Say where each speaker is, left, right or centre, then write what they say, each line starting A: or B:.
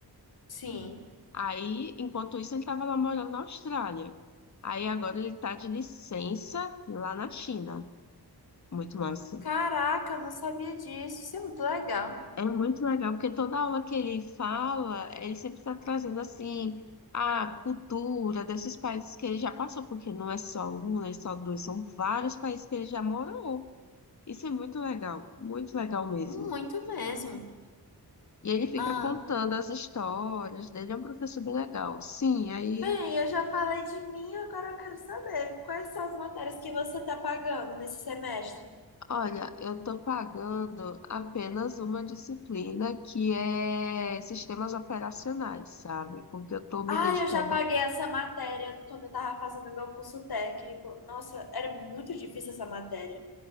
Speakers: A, on the left; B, on the left.
A: Sim.
B: Aí, enquanto isso, ele estava lá morando na Austrália. Aí agora ele está de licença lá na China. Muito massa.
A: Caraca, eu não sabia disso. Isso é muito legal.
B: É muito legal, porque toda aula que ele fala, ele sempre está trazendo assim a cultura desses países que ele já passou, porque não é só um, não é só dois, são vários países que ele já morou. Isso é muito legal, muito legal mesmo.
A: Muito mesmo.
B: E ele fica
A: Ah,
B: contando as histórias dele, é um professor bem legal. Sim, aí.
A: bem, eu já falei de mim, agora eu quero saber quais são as matérias que você está pagando nesse semestre.
B: Olha, eu estou pagando apenas uma disciplina que é sistemas operacionais, sabe? Porque eu estou me
A: Ah,
B: dedicando.
A: eu já paguei essa matéria quando eu estava fazendo meu curso técnico. Nossa, era muito difícil essa matéria.